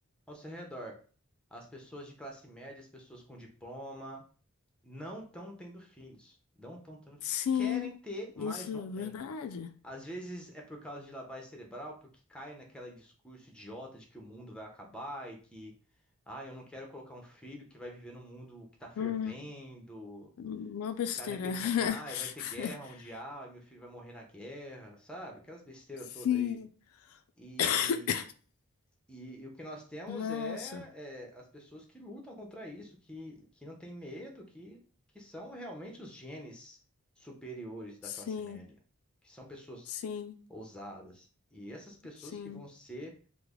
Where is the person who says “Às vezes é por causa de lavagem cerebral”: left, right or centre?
Centre